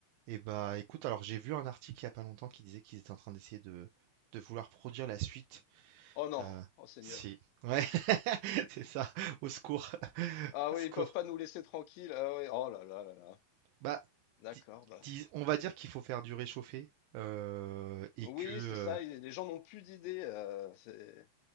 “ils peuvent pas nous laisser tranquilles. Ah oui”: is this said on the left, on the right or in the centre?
Left